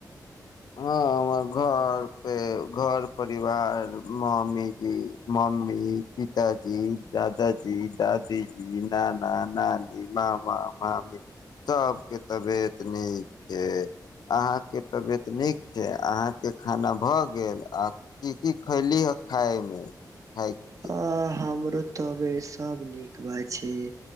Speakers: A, on the left; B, on the right.
A: हँ हमर घर पे घर परिवार मामीजी म्मी पिताजी दादाजी दादीजी नाना नानी मामा मामी सभके तबियत नीक छै अहाँके तबियत तऽ नीक छै अहाँके खाना भऽ गेल आ की की खैली हे खायमे खाय छी
B: आ ह तबियत सब नीक बात छै